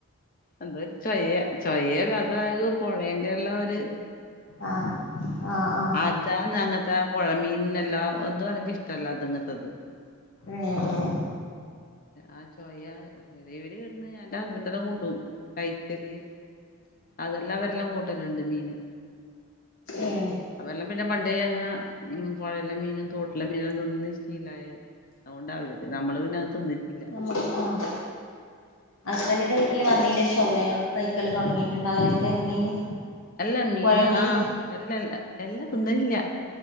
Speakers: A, on the left; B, on the left.
A: എന്തോ ഒരു ചൊയ്യ ചൊയ്യൽ അതായ പൊഴേന്റെ എല്ലാം ഒരു
B: ആഹ് ആഹ് ആഹ്
A: അതാ അങ്ങത്തെ പുഴമീനിനെല്ലാം ഒന്തും എനക്ക് ഇഷ്ടമല്ല അത് ഇങ്ങത്തത്
B: ഏഹ് ഏഹ്
A: ആ ചോയ ഇവര് ഇടന്ന് എന്റെ ഹസ്ബൻ് എല്ലാം കൂട്ടും കൈത്തല് അതെല്ലാം അവരെല്ലാം കൂട്ടലുണ്ട് മീന്
B: എഹ്
A: അതെല്ലാം പിന്നെ പണ്ട അങ്ങനെ ഉം പുഴയിലെ മീനും തോട്ടിലെ മീനുംതി ന്നീശി ലായൊ ണ്ട് അതുകൊണ്ടാവില്ല നമ്മള് പിന്നെ അത് തിന്നിട്ടില്ല
B: നമ്മള് ആഹ് ഹസ്ബൻഡിന്റെ വീട്ടില് വന്നീന്റെ ശേസ വുംലെ കൈക്കല് തുടങ്ങിട്ടുണ്ടാവലൊക്കെ മീന്
A: എല്ലാ മീന്
B: പൊഴമീന്
A: ആഹ് എല്ലല്ല എല്ലാം തി ന്നലില്ല